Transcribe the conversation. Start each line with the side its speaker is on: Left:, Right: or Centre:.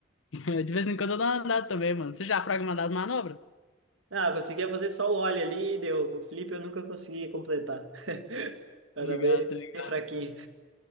Left: <laughs> De vez em quando eu dou uma andada também, mano. Você já fraga uma das manobras?
Right: Ah, eu conseguia fazer só o ollie ali e deu. O flip eu nunca conseguia completar. Era
Left: Tá ligado,
Right: bem,
Left: tá ligado.
Right: bem fraquinho.